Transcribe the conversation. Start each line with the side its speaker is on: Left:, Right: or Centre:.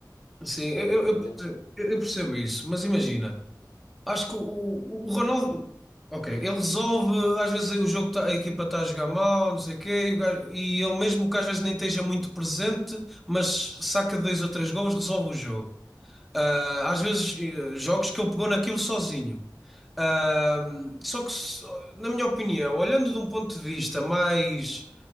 Centre: sim,
Left: Estás
Centre: eu,
Left: a entender?
Centre: eu eu percebo eu percebo isso, mas imagina. Acho que o, o, o Ronaldo, ok, ele resolve, às vezes o jogo tá- a equipa está a jogar mal, não sei o quê, e, o gajo- e ele mesmo que às vezes nem esteja muito presente, mas saca dois ou três golos, resolve o jogo. Ah, às vezes, eh, jogos que ele pegou naquilo sozinho. Ah, só que, só- na minha opinião, olhando de um ponto de vista mais